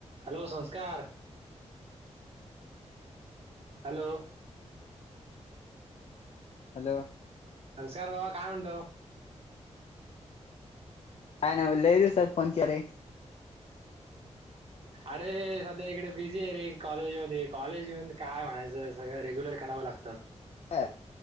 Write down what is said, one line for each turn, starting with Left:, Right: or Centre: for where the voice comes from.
Right: Hello Sanskar. Hello
Left: hello
Right: Sanskar बाबा काय म्हणतो
Left: काय ना लय देऊ स फोन क र
Right: अरे सध्या इकडे बिझी आहे. रे कॉलेज मध्ये कॉलेज म काय म्हणायचं सगळं रेग्युलर करा लागत.
Left: ह.